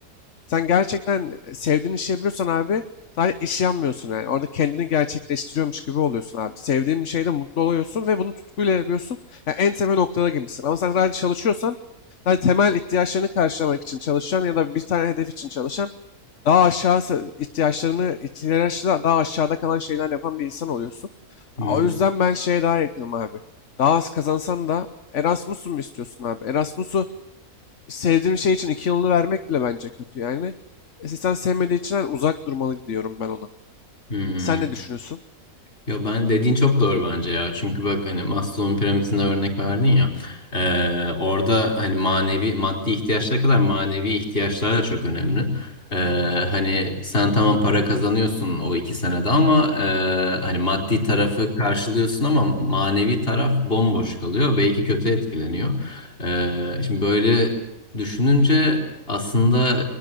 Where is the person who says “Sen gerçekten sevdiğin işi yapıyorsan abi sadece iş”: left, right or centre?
Left